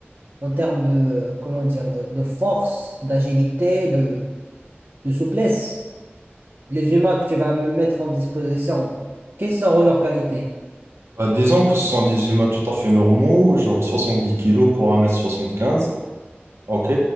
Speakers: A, on the right; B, on the right.
A: en termes de, euh, comment dire, de, de force, d'agilité, de, de souplesse. Les humains que tu vas me mettre en disposition, quelles seront leurs qualités?
B: Bah, disons que ce sont des humains tout à fait normaux, genre 70 kilos pour un mètre soixante-quinze. OK?